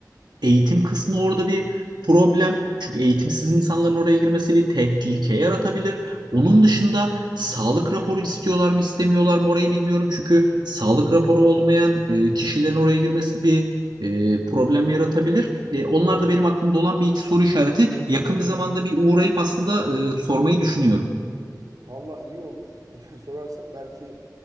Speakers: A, on the right (about 85°); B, on the right (about 60°).
A: Eğitim kısmı orada bir problem. Çünkü eğitimsiz insanların oraya girmesi bir tehlike yaratabilir. Onun dışında sağlık raporu istiyorlar mı istemiyorlar mı orayı bilmiyorum. Çünkü sağlık raporu olmayan e, kişilerin oraya girmesi bir e, problem yaratabilir. E, onlar
B: Hı hı.
A: da benim aklımda olan bir iki soru işareti. Yakın bir zamanda bir uğrayıp aslında e, sormayı düşünüyorum.
B: Vallahi iyi olur. <laughs> Sorarsan belki